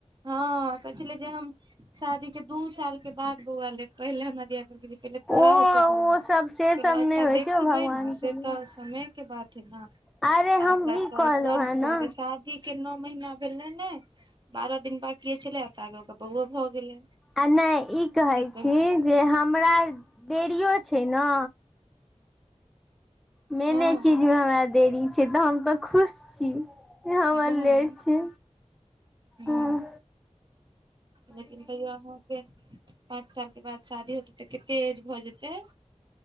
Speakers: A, on the right (about 40°); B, in the centre.
A: हँ कहे छले जे हम शादी के दू साल के बाद बौआ लेब पहिले हमरा दिया कहले तोरा
B: ओ
A: होतौ बौआ
B: ओ
A: कहले
B: सब से सब
A: अच्छा
B: नहि होइ
A: देखबै
B: छै ओ भगवान
A: ने
B: के
A: से
B: देन।
A: तऽ समय के बात है न
B: अरे हम
A: आ ओकरा
B: ई
A: तऽ
B: कहलहुँ
A: तुरंत
B: हेँ
A: भ
B: ने
A: गेले सात के नओ महीना भेले ने बारह दिन बाकि छलै ताबे ओकर बौओ भऽ गेलै
B: आ नहि ई कहैत
A: आब की कहि
B: छी
A: सकै
B: जे
A: छियै
B: हमरा देरियो छै ने मेने
A: हँ
B: चीज हमरा देरी छै तऽ हम तऽ खुश छी हमर
A: हँ
B: लेट छी
A: हूँ
B: हॅं
A: लेकिन तैयो अहाँके पाँच साल के बाद शादी होते तऽ कते एज भऽ जेते